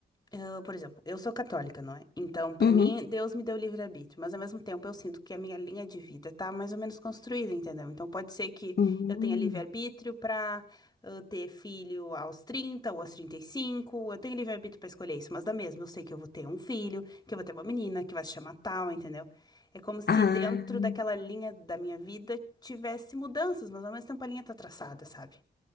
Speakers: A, on the left; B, on the left.
A: Eu, por exemplo, eu sou católica, não é? Então, pra
B: Uhum.
A: mim, Deus me deu livre-arbítrio, mas ao mesmo tempo eu sinto que a minha linha de vida tá mais ou menos construída, entendeu? Então, pode ser que
B: Hum.
A: eu tenha livre-arbítrio pra ah, ter filho aos 30 ou aos 35 eu tenho livre-arbítrio pra escolher isso, mas da mesma, eu sei que eu vou ter um filho, que eu vou ter uma menina, que vai se chamar tal, entendeu? É como se
B: Ah.
A: dentro daquela linha da minha vida tivesse mudanças, mas ao mesmo tempo a linha tá traçada, sabe?